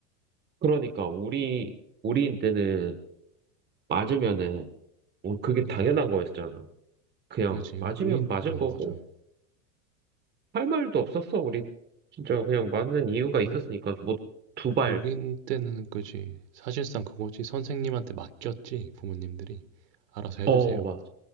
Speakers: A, on the right; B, on the right.
A: 그러니까 우리, 우리 때는 맞으면은 어, 그게 당연한
B: 그지?
A: 거였잖아. 그냥
B: 그지?
A: 맞으면
B: 우린
A: 맞은
B: 어 맞아.
A: 거고 할 말도 없었어. 우리 진짜 그냥 맞는 이유가
B: 우
A: 있었으니까 뭐 두 발,
B: 우린 때는 그지. 사실상 그거지. 선생님한테 맡겼지 부모님들이. 알아서 해주세요.
A: 어, 맞.